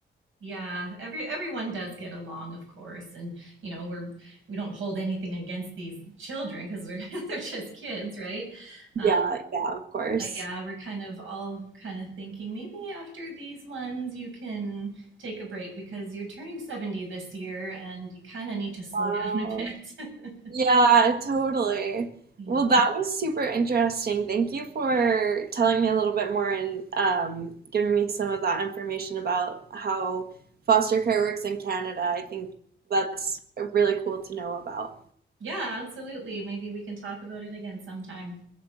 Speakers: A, on the right; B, on the right.
A: Yeah, every everyone does get along, of course, and you know we're we don't hold anything against these children because they're <laughs> they're just kids, right? Um,
B: Yeah, yeah, of course.
A: but yeah, we're kind of all kind of thinking maybe after these ones you can take a break because you're turning 70 this year and you kind of need to slow
B: Wow.
A: <laughs> down a bit. <laughs>
B: Yeah, totally.
A: Yeah.
B: Well, that was super interesting. Thank you for telling me a little bit more and um, giving me some of that information about how foster care works in Canada. I think that's really cool to know about.
A: Yeah, absolutely. Maybe we can talk about it again sometime.